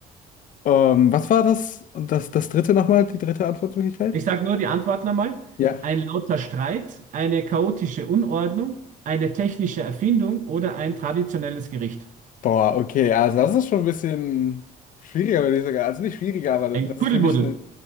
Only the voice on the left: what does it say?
Ähm, was war das? Und das, das dritte nochmal, die dritte Antwortmöglichkeit?
Ja.
Boah, okay. Also, das ist schon ein bisschen schwieriger, würde ich sagen. Also, nicht schwieriger, aber
das
ist für mich ein